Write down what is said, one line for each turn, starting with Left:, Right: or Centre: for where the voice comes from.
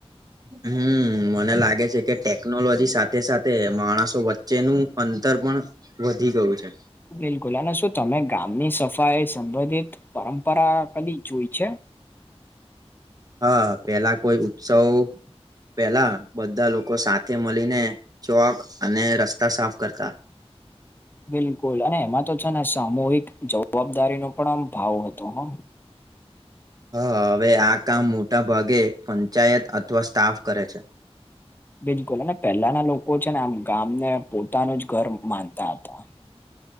Right: હ <inaudible> હમ મને લાગે છે કે ટેકનોલોજી સાથે સાથે માણસો વચ્ચેનું અંતર પણ વધી ગયું છે
Left: બિલકુલ અને શું તમે ગામની સફાઈ સંબંધિત પરંપરા કદી જોઈ છે
Right: હા પેલા કોઈ ઉત્સવ પેલા બધા લોકો સાથે મળીને ચોક અને રસ્તા સાફ કરતા
Left: બિલકુલ અને એમાં તો છે ને સામૂહિક જવાબદારીનો પણ આમ ભાવ હતો હા
Right: હા હવે આ કામ મોટા ભાગે પંચાયત અથવા સ્ટાફ કરે છે
Left: બિલકુલ ને પેલાના લોકો છે ને આમ ગામ ને પોતાનું જ ઘર માનતા હતા